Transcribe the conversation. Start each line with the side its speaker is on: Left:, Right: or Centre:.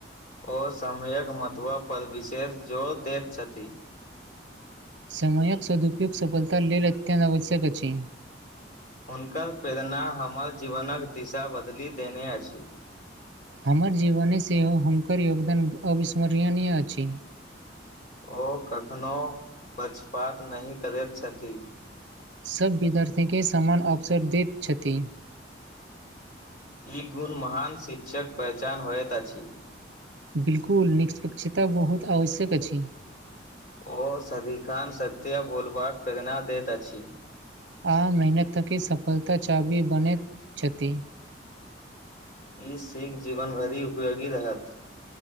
Left: ओ समयक महत्व पर विशेष जोर दैत छथि
Right: समयक सदुपयोग सफलता लेल अत्यन्त आवश्यक अछि
Left: हुनकर प्रेरणा हमर जीवनक दिशा बदलि देने अछि
Right: हमर जीवने सेहो हुनकर योगदान अविस्मरणीय अछि
Left: ओ कखनो पछपात नहि करैत छथिन
Right: सभ विद्यार्थी के समान अवसर दैत छथि
Left: ई गुण महान शिक्षक पहचान होइत अछि
Right: बिल्कुल निष्पक्षता बहुत आवश्यक अछि
Left: ओ सदिखान सत्य बोलबाक प्रेरणा दैत अछि
Right: आ मेहनत त के सफलता चाबी बनैत छथि
Left: ई सिख जीवन भरि उपयोगी रहत